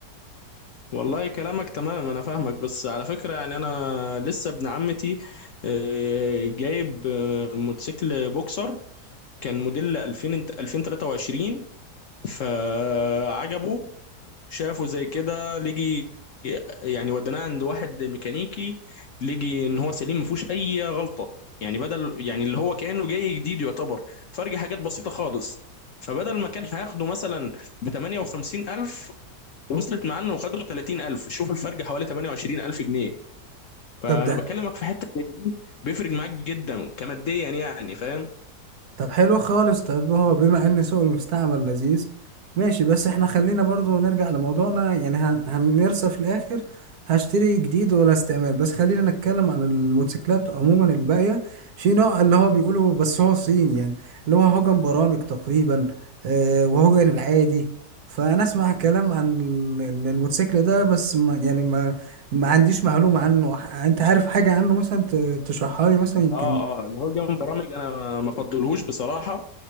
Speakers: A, on the left; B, on the right.
A: والله كلامك تمام انا فاهمك بس على فكرة يعني انا لسه ابن عمتي آه، جايب آه، موتوسيكل بوكسر كان موديل 2000 انت- 2023 فعجبه شافه زي كده لجي يعني وديناه عند واحد ميكانيكي لجي ان هو سليم ما فيهوش اي غلطة يعني بدل يعني اللي هو كأنه جاي جديد يعتبر فرق حاجات بسيطة خالص فبدل ما كان هياخده مثلا ب 58,000 وصلت معانا وخدوا 30000 شوف الفرق حوالي 28000 جنيه فانا
B: طب ده
A: بكلمك في حته زي دي بيفرق معاك جدا كماديا يعني فاهم
B: طب حلو خالص طب هو بما ان سوق المستعمل لذيذ ماشي بس احنا خلينا برضو نرجع لموضوعنا يعني هن- هنرسى في الاخر هشتري جديد ولا استعمال بس خلينا نتكلم عن الموتوسيكلات عموما الباقية في نوع اللي هو بيقولوا بس هو صين يعني اللي هو هوجن برامج تقريبا آه، وهوجن العادي فانا اسمع كلام عن ال- ال- الموتوسيكل ده بس ما يعني ما ما عنديش معلومة عنه ح- انت عارف حاجة عنه مثلا ت- تشرحها لي مثلا يمكن
A: اه اه اللي هو جنب برامج انا ما ما افضلهوش بصراحه